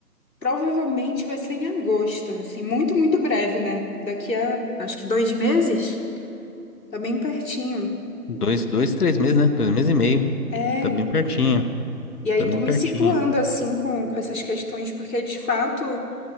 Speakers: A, on the left (about 90°); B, on the left (about 65°).
A: provavelmente vai ser em agosto, assim, muito, muito breve, né? Daqui a acho que dois meses, tá bem pertinho.
B: Dois, dois, três meses, né? Dois meses e meio.
A: É.
B: Tá bem pertinho.
A: E aí
B: Tá bem
A: tô me
B: pertinho.
A: situando assim com, com essas questões, porque de fato.